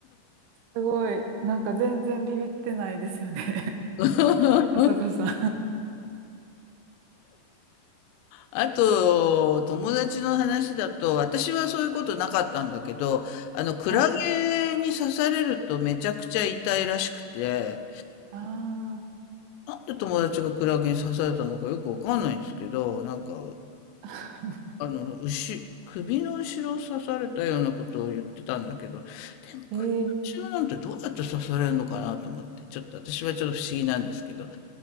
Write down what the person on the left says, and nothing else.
<laughs>
あと、友達の話だと、私はそういうことなかったんだけど、あの、クラゲに刺されるとめちゃくちゃ痛いらしくて、
なんで友達がクラゲに刺されたのかよくわかんないんですけど、なんか、
あの、牛、首の後ろを刺されたようなことを言ってたんだけど、でも首の後ろなんてどうやって刺されるのかなと思って、
ちょっと私はちょっと不思議なんですけど、